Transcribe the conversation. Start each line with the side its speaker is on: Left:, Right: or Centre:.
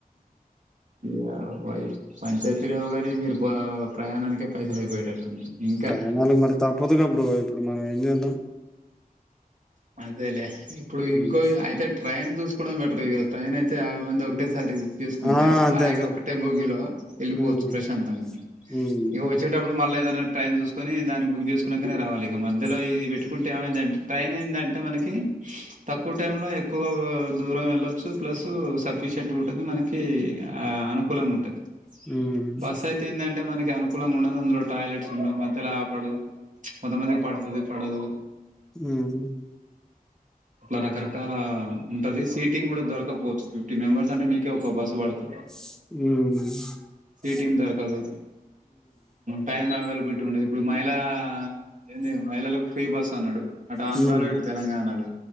Right: యాభై పంచలు తెరవుగాని మీరు ప ప్రయాణాకే పైసలు అయిపోయేటట్టుంది ఇంకా
Centre: ప్రయాణాలుగు మరి తప్పదు గ బ్రో ఇప్పుడు మనం ఏం జెద్దం
Right: అదేలే ఇప్పుడు
Centre: హ్మ్.
Right: ఇంకో అయితే ట్రైన్ చూసుకోవడం బెటర్ ఇగ ట్రైన్ అయితే యాభై మంది ఒకటే స ఒకసారి బుక్ తీసుకుంటే
Centre: ఆ! అంతే.
Right: హాయిగా
Centre: అంతే.
Right: ఒకటే బోగిలో వెళ్ళిపోవచ్చు
Centre: హ్మ్.
Right: ప్రశాంతంగా
Centre: హ్మ్.
Right: ఇగ వచ్చేటప్పుడు మళ్ళ ఏదన్న ట్రైను చూసుకొని దానికి బుక్ చేసుకున్నాకనే రావాలి ఇక మధ్యలో లోది పెట్టుకుంటే ఏమైదంటే ట్రైన్ ఏందంటే మనకి తక్కువ టైమ్ లో ఎక్కువగా దూరం వెళ్ళచ్చు ప్లస్ సఫీ షట్ ఉంటది మనకి ఆ అనుకూలంగా ఉంటది
Centre: హ్మ్.
Right: బస్ అయితే ఏంటంటే మనకి అనుకూలంగా ఉండదు అందులో టాయిలెట్స్ ఉండవు మధ్యలో ఆపడు కొంతమందికి పడుతది పడదు
Centre: మ్
Right: అట్లా రకరకాల ఉంటది సీటింగ్ కూడా దొరకపోవచ్చు ఫిఫ్టీ మెంబర్స్ అంటే మీకే ఒక బస్ బడుతది
Centre: మ్
Right: సిటింగ్ దోరకదు టైమ్ అవైలబుల్ ల్టీ ఉండదు ఇప్పుడు మహిళ ఏంది మహిళలకు ఫ్రీ బస్ అన్నాడు అటు ఆంధ్రాలో
Centre: హ్మ్.
Right: ఇటు తెలంగాణలో